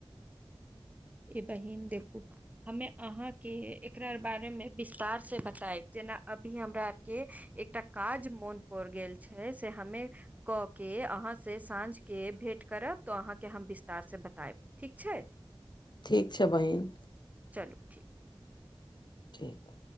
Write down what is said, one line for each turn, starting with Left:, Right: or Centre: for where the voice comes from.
Right: बाहीन देखू हमे अहाँके एकरा आर बारे मे विस्तार से बतायब जेना अभी हमरा आर के एकटा काज मोन पर गेल छै से हमे कऽ के अहाँसँ साँझके भेँट करब तऽ अहाँकेँ हम विस्तारसँ बतायब ठीक छै
Left: ठीक छै बहिन
Right: चलु ठीक
Left: ठीक